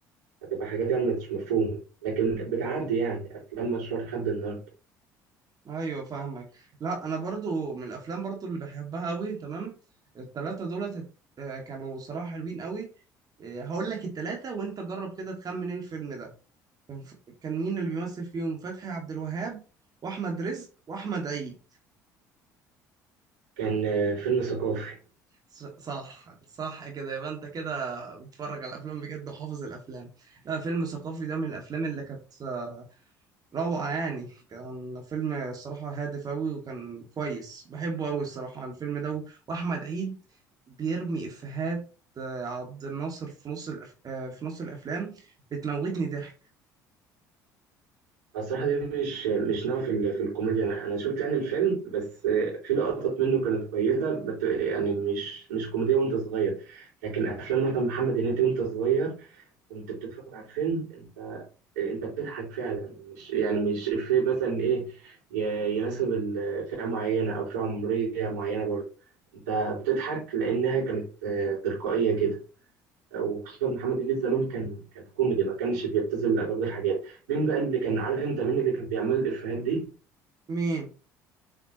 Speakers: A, on the right (about 75°); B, on the right (about 40°).
A: هتبقى حاجات يعني مش مفهومة لكن بتعدي يعني أفلام مشهور لحد النهاردة
B: أيوة فاهمك لا أنا برضو من الأفلام برضو اللي بحبها قوي تمام التلاتة دولت آه، كانوا صراحة حلوين قوي آه، هقول لك التلاتة وأنت جرب كده تخمن إيه الفيلم ده كان ف... كان مين اللي بيمثل فيهم فتحي عبد الوهاب واحمد رزق واحمد عيد
A: كان آه، فيلم ثقافي
B: ص- صح صح كده يبقى انت كده بتتفرج على الافلام بجد وحافظ الافلام لا فيلم ثقافي ده من الافلام اللي كانت آه، روعه يعني كان فيلم الصراحه هادف قوي وكان كويس بحبه قوي الصراحه الفيلم ده و- واحمد عيد بيرمي افيهات آه، عبد الناصر في نص الأف... آه، في نص الافلام بتموتني ضحك
A: الصراحة دي مش مش نوع في, ال- في الكوميديا أنا أنا شفت يعني الفيلم بس آه، في لقطات منه كانت كويسة بت يعني مش مش كوميدية وأنت صغير لكن أفلام مثلا محمد هنيدي وأنت صغير كنت بتتفرج على الفيلم أنت أنت بتضحك فعلا مش يعني مش إفيه مثلا إيه ي- يناسب ال- فئة معينة أو فئة عمرية معينة برضه أنت بتضحك لأنها كانت آه، تلقائية كده وخصوصا محمد الليث زمان كان كان كوميدي ما كانش بيبتذل اغلبيه الحاجات مين بقى اللي كان عارف انت مين اللي كان بيعمل الافيهات دي
B: مين